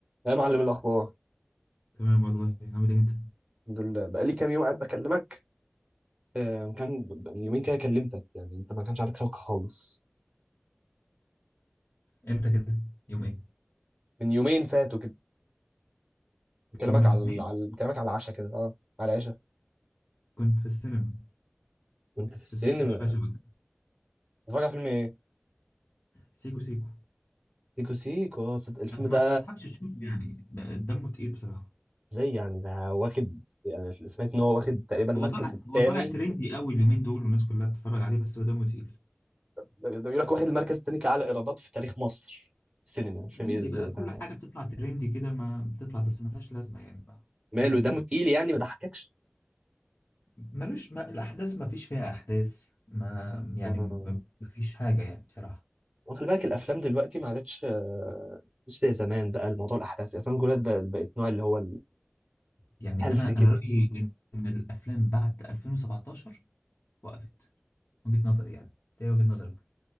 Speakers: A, on the right (about 25°); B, on the left (about 55°).
A: يا معلم الاخبار
B: تمام والله عامل ايه انت
A: الحمد لله بقالي كام يوم قاعد بكلمك آه، كان من يومين كده كلمتك يعني انت ما كانش عندك شبكه خالص
B: امتى كده يوم ايه
A: من يومين فاتوا كده بكلمك
B: يوم الاثنين
A: على على بكلمك على العشاء كده اه على العشاء
B: كنت في السينما
A: كنت في السينما
B: في السينما في شباب
A: بتتفرج على فيلم ايه
B: سيكو سيكو
A: سيكو سيكو اه صد- الفيلم
B: بس ما
A: ده
B: انصحكش تشوفه يعني ده- دمه تقيل بصراحه
A: زي يعني ده واخد يعني سمعت ان هو واخد تقريبا المركز
B: هو طالع
A: الثاني
B: هو طالع ترندي قوي اليومين دول والناس كلها بتتفرج عليه بس هو دمه تقيل
A: ده ده بيقول لك واخد المركز الثاني كأعلى ايرادات في تاريخ مصر في السينما مش
B: ترندي
A: فاهم ايه ازاي
B: بقى
A: ده
B: كل حاجه بتطلع ترندي كده ما بتطلع بس ملهاش لازمه يعني بقى
A: ماله
B: دمه تقيل
A: ده تقيل يعني ما ضحككش
B: ملوش ما الاحداث ما فيش فيها احداث ما يعني
A: آه.
B: ما فيش حاجه يعني بصراحه
A: وخلي بالك الافلام دلوقتي ما عادتش آه، مش زي زمان بقى الموضوع الاحداث الافلام كلها بقت بقت نوع اللي هو
B: يعني
A: الهلس
B: انا
A: كده
B: انا رايي ان الافلام بعد 2017 وقفت وجهة نظري يعني ده وجهة نظرك